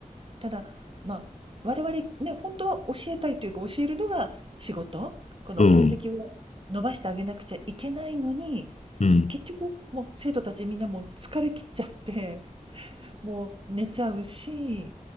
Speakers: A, on the right (about 40°); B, on the left (about 55°).
A: ただ、まあ、我々ね、本当は教えたいというか、教えるのが仕事、この成績を伸ばしてあげなくちゃいけないのに、
B: うんうん。うんうん
A: 結局もう生徒たちみんなもう疲れきっちゃって、もう寝ちゃうし、